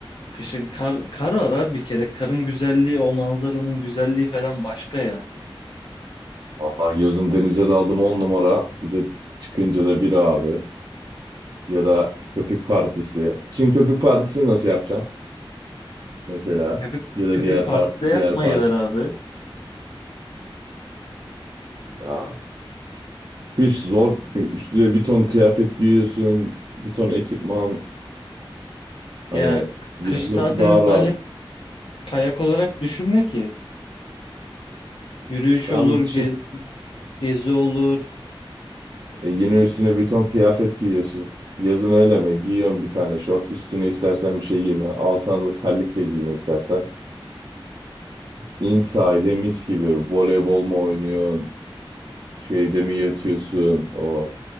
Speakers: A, on the left; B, on the right.
A: Kışın kar, kar var abi bir kere. Karın güzelliği, o manzaranın güzelliği falan başka ya.
B: Vallahi yazın denize daldım on numara. Bir de çıkınca da bir abi. Ya da köpük partisi. Şimdi köpük partisini nasıl yapacağım? mesela?
A: Köpük,
B: Ya da
A: köpük
B: diğer
A: partide
B: par
A: yapmayı
B: diğer parti.
A: ver abi.
B: Ya kış zor. Çünkü Üstüne bir ton kıyafet giyiyorsun. Bir ton ekipman.
A: Ya
B: Hani yazın
A: kış tatilini
B: daha rahat.
A: sadece kayak olarak düşünme ki. Yürüyüş
B: Tam
A: olur, gez,
B: düşün.
A: gezi olur,
B: E, yine üstüne bir ton kıyafet giyiyorsun. Yazın öyle mi? Giyiyorsun bir tane şort. Üstüne istersen bir şey giyme. Altına da terlik de giyme istersen. İn sahile mis gibi. Voleybol mu oynuyorsun? Şeyde mi yatıyorsun? O